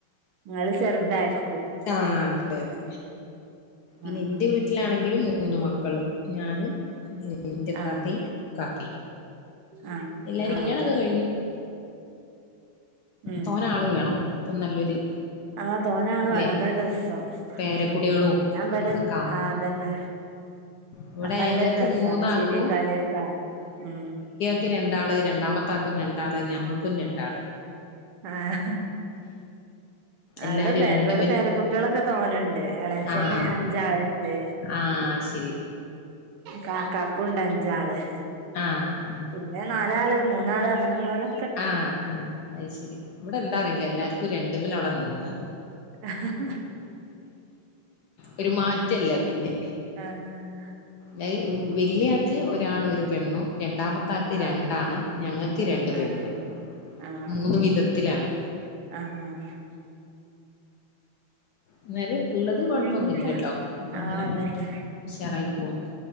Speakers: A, on the right; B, on the left.
A: ഇങ്ങൾ ചെറുതായിരി
B: ആഹ് അതെ അതെ പിന്നെ
A: ആഹ്
B: ഇൻ്റെ
A: ആഹ്
B: വീട്ടിലാണെങ്കിലും
A: ഉം
B: മൂന്ന് മക്കള് ഞാനും ഇന്റെ ഇത്താത്തയും
A: ആഹ്
B: കാക്കയും,
A: ആഹ്
B: എല്ലാരും
A: ആഹ്
B: കല്യാണമൊക്കെ കഴിഞ്ഞു.
A: ഉം
B: തോനെ ആള് വേണം, അപ്പൊ നല്ലൊരു.
A: ആഹ് തോനെ ആള് വേണം,
B: ല്ലേ
A: അതാ രസം.
B: പേരക്കുട്ടികളും
A: ഉം, ഞാൻ ഇവിടെ
B: ഒക്കെ ആവുമ്പോ
A: ആഹ് അതെന്നെ.
B: ഇവിടെ
A: അപ്പോ നല്ലൊരു
B: ഞങ്ങക്ക്
A: രസാണ്
B: മൂന്നാക്കും
A: ചിരിയും കളിയൊക്കെ കാണാൻ, ഉം.
B: ക്ക് രണ്ടാള് രണ്ടാമത്തെ ആക്കും രണ്ടാള് ഞങ്ങൾക്കും രണ്ടാള്.
A: ആഹ്
B: എല്ലാരും
A: അവിടെ പേ
B: രണ്ടുമ്മല്
A: ഇവിടെ പേരക്കുട്ടികളൊക്കെ തോനുണ്ട്, ഇളയച്ചന്
B: ആഹ്
A: അഞ്ചാളുണ്ട്.
B: ആഹ് ശരി.
A: കാക്കാക്കും ഉണ്ട് അഞ്ചാള്
B: ആഹ് ആഹ്
A: പിന്നെ നാ നാലാള് മൂന്നാള് അങ്ങനെ ഉള്ള പോലെ.
B: ആഹ് ആഹ് അയ് ശരി, ഇവിടെ എന്താ അറിയില്ല എല്ലാർക്കും രണ്ടുമോൽ അവിടെ നിന്ന്.
A: ആഹ്
B: ഒരു മാറ്റയില്ല പിന്നെ.
A: ആഹ്
B: ലായ് വലിയ ആളുക്ക് ഒരാണും ഒരു പെണ്ണും രണ്ടാമത്തെ ആളുക്ക്. രണ്ടാണ്,
A: ആഹ്
B: ഞങ്ങൾക്ക് രണ്ട് പെണ്ണ്
A: ആഹ് ആഹ്
B: മൂന്ന് വിധത്തിലാണ്.
A: ആഹ്
B: എന്നാലും ഉള്ളത് കൊഴപ്പൊന്നുമില്ലട്ടോ
A: പിന്നെന്താ
B: അങ്ങനെ
A: ആഹ് അതന്നെ
B: ഉഷാറായി
A: ഉം
B: പോന്നു.